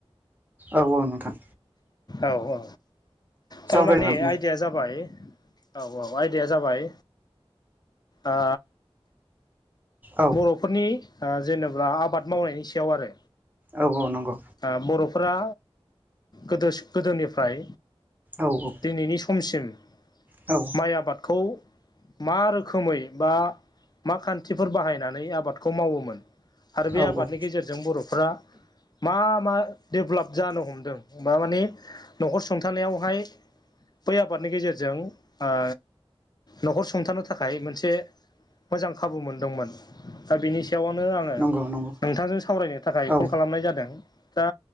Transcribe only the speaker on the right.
औ औ नोंथां
सावरायगोन दे
औ
औ औ नंगौ
औ औ
औ
औ
औ
नंगौ नंगौ
औ